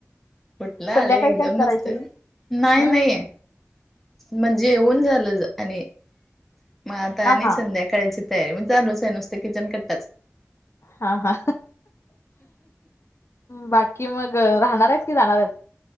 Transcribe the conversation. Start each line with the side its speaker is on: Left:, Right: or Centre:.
Centre: कुठलं आलंय
Left: संध्याकाळी
Centre: एकदम
Left: काय करायचे
Centre: नसत नाही
Left: हम्म
Centre: नाहीे. म्हणजे येऊन झालं आणि मग आता
Left: हा
Centre: आणि
Left: हा
Centre: संध्याकाळचे तयारी मग चालूच आहे नुसत किचन कट्टाच.
Left: हा हा बाकी मग राहणार आहेस की जाणार आहेस??